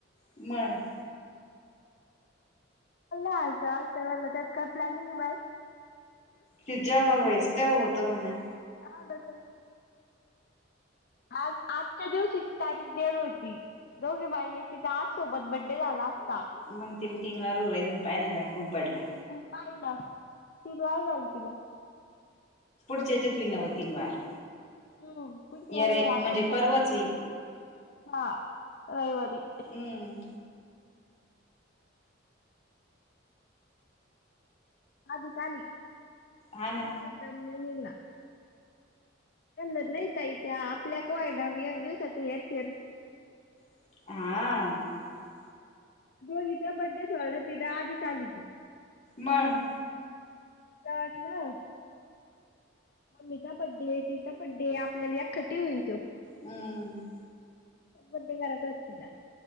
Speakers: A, on the left; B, on the left.
A: म
B: चालतय म्हणल त्यात काय प्लॅनिंग बाय
A: की जेव्हा, व्हायचं तेव्हा होतं म्हणा
B: आलं तर आज आजच्या दिवशीची तारीख देल होती दोघी मायलेकीचा आज सोबत बड्डे झाला. असता
A: मग तिल, तीन वेळा रुरायनीगं पाय, नाय लागू पडला
B: हाय ना तीन वेळा झाल तिला.
A: वि नव तन वार
B: हम्म पण ते
A: यरे म्हणजे परवाच विन
B: <unintelligible> हा रविवारी.
A: हम्म
B: आज का आली.
A: हा ना
B: <unintelligible> निघंद नाही त ये आपल्या <unintelligible> एक दिवसाात हेर फेर
A: हा
B: दोघीच्या बड्डेच सोड ती तर आधीच आलीती.
A: मग
B: तेला वाटलं मम्मीचा बड्डे, तिचा बड्डे आपल्याला एखट्टी होईन त्यो.
A: हम्म
B: बड्डे घारात होतीला